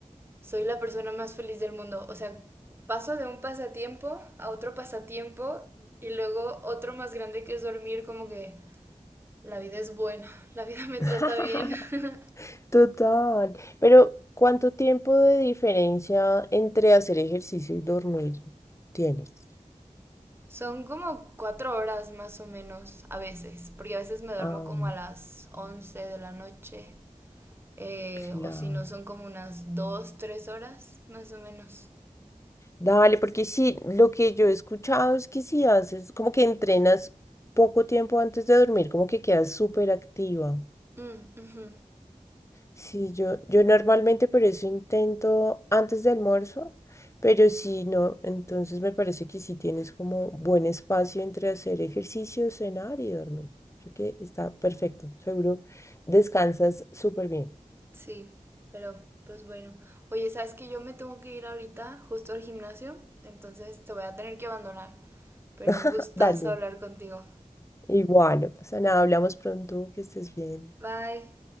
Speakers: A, on the right; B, on the left.
A: soy la persona más feliz del mundo. O sea, paso de un pasatiempo a otro pasatiempo y luego otro más grande que es dormir, como que la vida es buena, <laughs> la vida me trata
B: <laughs>
A: bien. <laughs>
B: Total, pero ¿cuánto tiempo de diferencia entre hacer ejercicio y dormir tienes?
A: Son como cuatro horas más o menos a veces, porque a veces me duermo
B: Ah,
A: como a las 11 de la noche, eh,
B: claro.
A: o si no son como unas dos, tres horas más o menos.
B: Dale, porque sí, lo que yo he escuchado es que si haces, como que entrenas poco tiempo antes de dormir, como que quedas súper activa.
A: Mm, ujú.
B: Sí, yo, yo normalmente por eso intento antes del almuerzo, pero si no, entonces me parece que sí tienes como buen espacio entre hacer ejercicio, cenar y dormir. Creo que está perfecto, seguro descansas súper bien.
A: Sí, pero pues bueno. Oye, sabes que yo me tengo que ir ahorita justo al gimnasio, entonces te voy a tener que abandonar. Pero un
B: <laughs>
A: gustazo
B: Dale,
A: hablar contigo.
B: igual, no pasa nada, hablamos pronto, que estés bien.
A: Bye.